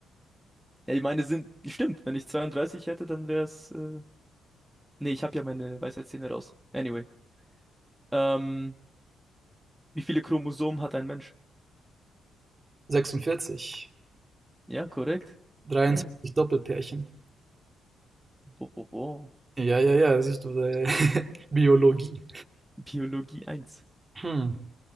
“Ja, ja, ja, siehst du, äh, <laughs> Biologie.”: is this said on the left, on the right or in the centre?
Right